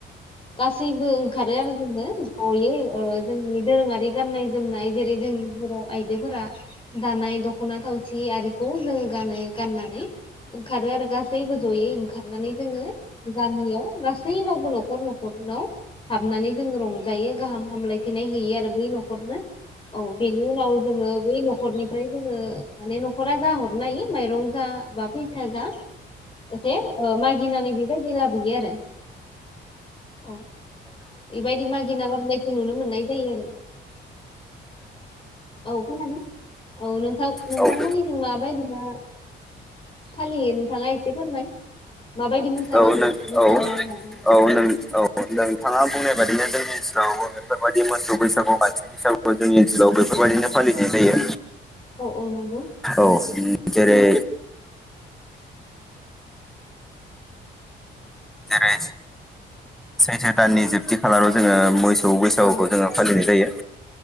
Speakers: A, on the left; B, in the centre.
A: गासैबो ओंखारो आरो जोङो जयै ओ जोंनि दोरोङारि गाननाय जोमनाय जेरै जोंनि बर' आइजोफोरा दानाय दख'ना थावसि आरिखौ जोङो गानो गाननानै ओंखारो आरो गासैबो जयै ओंखारनानै जोङो गामियाव गासैनावबो न'खर न'खरनाव हाबनानै जोङो रंजायो गाहाम हामलायथिनाय होयो आरो बै नखरनो औ बेनि उनाव जोङो बै न'खरनिफ्राय जोङो माने न'खरा जा हरनाय माइरं जा बा फैसा जा एसे ओ मागिनानै बेबायदि लाबोयो आरो औ बे बायदि मागिना लाबनायखौ नुनो मोननाय जायो आरो। औ खोनादों, औ नोंथां नोंथांमोननिथिं
B: औ औ
A: माबायदि बा फालियो नोंथाङा एसे फोरमाय माबायदि मोसानाय
B: औ नों औ
A: मोसानाय माबायो
B: औ नों औ नोंथाङा बुंनाय बादिनो जोंनि यावबो बेफोरबायदि मोसौ बैसागु, बाथि बैसागुखौ जोंनि ओनसोलाव बेफोरबायदिनो फालिनाय जायो।
A: औ औ नंगौ
B: औ। जेरै जेरै सैथो दाननि जोबथि खालाराव जोङो मैस सौ बैसागुखौ
A: औ
B: जोङो फालिनाय जायो।